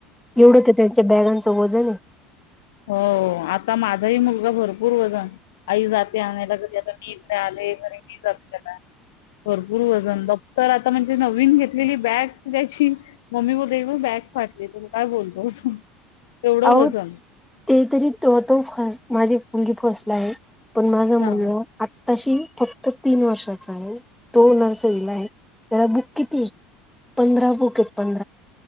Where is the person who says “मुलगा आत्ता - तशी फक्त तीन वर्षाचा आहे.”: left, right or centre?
Centre